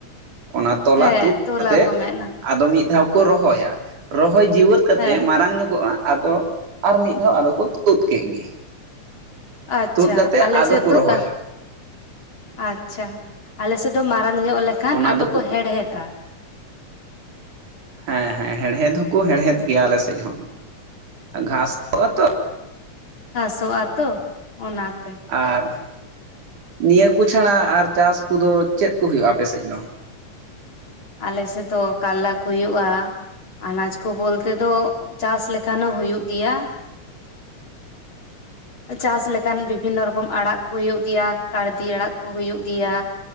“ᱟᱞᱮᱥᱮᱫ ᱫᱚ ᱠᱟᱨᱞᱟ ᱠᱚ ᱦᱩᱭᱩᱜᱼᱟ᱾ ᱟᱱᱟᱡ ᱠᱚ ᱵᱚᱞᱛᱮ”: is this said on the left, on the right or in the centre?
Left